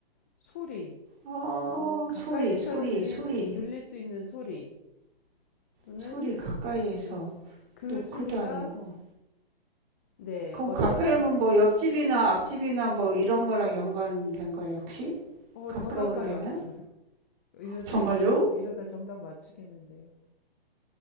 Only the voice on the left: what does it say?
소리.
어, 가까이서
들릴,
수- 들릴 수 있는 소리 또는
음, 그
소리가
네,
어떤
소리?
어,
더 가까이
왔어요. <laughs> 이러다
정, 이러다 정답 맞추겠는데요.